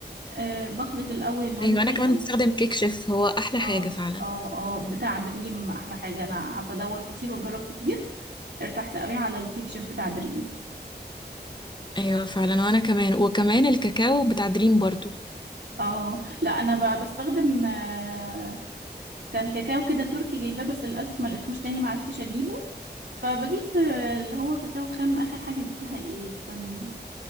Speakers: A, on the right (about 75°); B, on the left (about 25°).
A: أه بخلط الاول المواد
B: ايوه
A: السائله
B: انا كمان بستخدم كيك شيف هو احلى
A: اه
B: حاجة فعلا
A: اه اه بتاع دريم احلى حاجه انا قعدت ادور كتير واجرب كتير ارتحت قوي على الكيك شيف بتاع دريم
B: ايوه فعلا وانا كمان وكمان الكاكاو بتاع دريم برضو
A: اه لا انا ب- بستخدم آه، كان كاكاو كده تركي جايباه بس للأسف ما لقيتهوش تاني ما عرفتش أجيبه فبجيب آه، اللي هو كاكاو خام آخر حاجة جبتها إيه استني